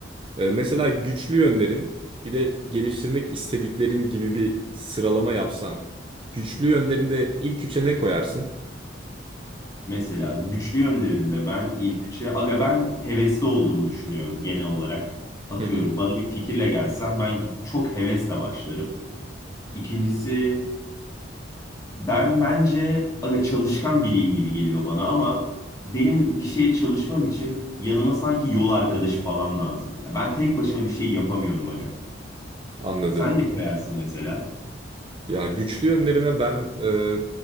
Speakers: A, on the right; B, on the left.
A: e, mesela güçlü yönlerin bir de geliştirmek istediklerin gibi bir sıralama yapsan. Güçlü yönlerinde ilk üçe ne koyarsın?
B: Mesela güçlü yönlerimde ben ilk üçe, aga ben hevesli olduğumu düşünüyorum genel olarak. Atıyorum
A: Hı hı.
B: bana bir fikirle gelsen ben çok hevesle başlarım. İkincisi Ben bence aga çalışkan biriyim gibi geliyor bana ama benim bir şeye çalışmam için yanıma sanki yol arkadaşı falan lazım. Ya ben tek başıma bir şey yapamıyorum aga.
A: Anladım.
B: Sen ne koyarsın mesela?
A: Ya güçlü yönlerime ben e,